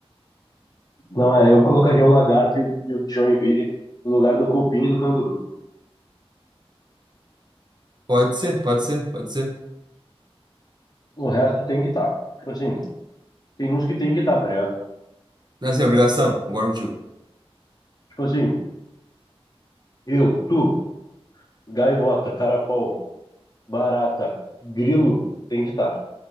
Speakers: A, on the left; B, on the right.
A: Não, é, eu colocaria o Lagarto e o, e o Joinville no lugar do Cupim e do Canguru.
B: Pode ser, pode ser, pode ser.
A: O resto tem que estar. Tipo assim, tem uns que tem que estar, tá ligado?
B: Não, assim, é obrigação, concordo contigo.
A: Tipo assim, eu, tu, Gaivota, Caracol, Barata, Grilo, tem que estar.